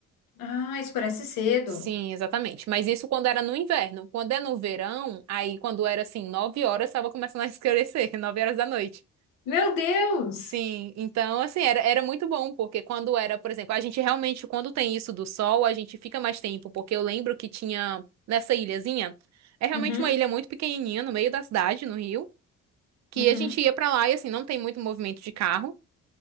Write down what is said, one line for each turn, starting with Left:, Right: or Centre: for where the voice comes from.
Left: Ah, escurece cedo.
Right: Sim, exatamente. Mas isso quando era no inverno. Quando é no verão, aí quando era assim, nove horas, estava começando a escurecer, <laughs> nove horas da noite.
Left: Meu Deus!
Right: Sim, então assim, era, era muito bom, porque quando era, por exemplo, a gente realmente, quando tem isso do sol, a gente fica mais tempo, porque eu lembro que tinha nessa ilhazinha, é realmente
Left: Uhum,
Right: uma ilha muito pequenininha, no meio da cidade, no Rio, que
Left: uhum,
Right: a gente ia pra lá e assim, não tem muito movimento de carro,